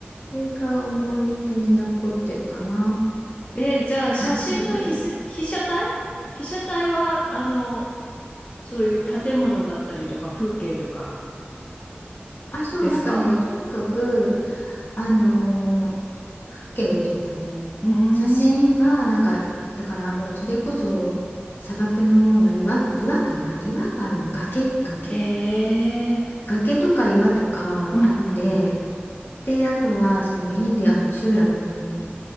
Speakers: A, on the left (about 60°); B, on the left (about 30°).
A: それが思い出に残ってるかな。
B: え、じゃあ、写真の被せ、
A: <laughs>
B: 被写体被写体は、あの、そういう建物だったりとか、風景とか
A: あ、そう、
B: ですか
A: なんかね、とにかく、あのー風景を撮ったね。
B: うーん。
A: 写真は、なんか、だからもうそれこそ砂漠のような岩、岩かな岩があるのよ。崖崖
B: へえ。
A: 崖とか岩とかあって、
B: うんうんうん。
A: で、あとはそのインディアの集落に